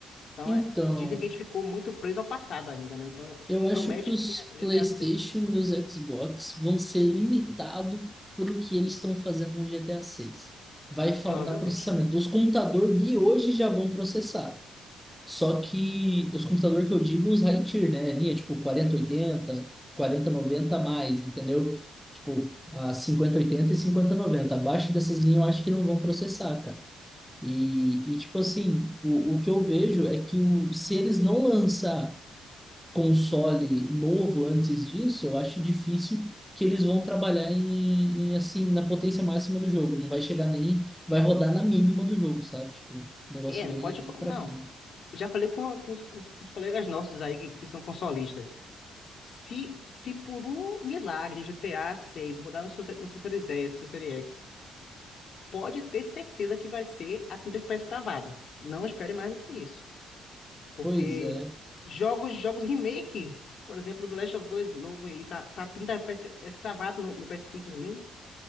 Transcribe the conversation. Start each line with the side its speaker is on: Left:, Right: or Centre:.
Left: Então,
Centre: Então,
Left: é, dizem que a gente ficou muito preso ao passado ainda, né? Então,
Centre: Eu acho
Left: promete
Centre: que os
Left: que é o GTA
Centre: PlayStation
Left: 6,
Centre: e os Xbox vão ser limitados pelo que eles estão fazendo no GTA 6. Vai faltar
Left: provavelmente.
Centre: processamento. Os computadores de hoje já vão processar. Só que os computadores que eu digo, os high tier, né? Linha tipo 4080, 4090 a mais, entendeu? Tipo, a 5080 e 5090. Abaixo dessas linhas eu acho que não vão processar, cara. E, e tipo assim, o, o que eu vejo é que o, se eles não lançar console novo antes disso, eu acho difícil que eles vão trabalhar em, em, assim na potência máxima do jogo. Não vai chegar nem, vai rodar na mínima do jogo, sabe? Tipo, um negócio
Left: É,
Centre: bem
Left: pode... co-
Centre: fraquinho.
Left: Não, já falei com alguns com os colegas nossos aí que, que são consolistas. Se, se por um milagre GTA 6 rodar no seu, no seu Series S, no seu Series X, pode ter certeza que vai ser a tinta pré-escravada. Não espere mais do que isso. Porque
Centre: Pois é.
Left: jogos, jogos remake, por exemplo, do Last of Us novo aí, tá, tá 30 FPS escravado no, no PS5 Slim.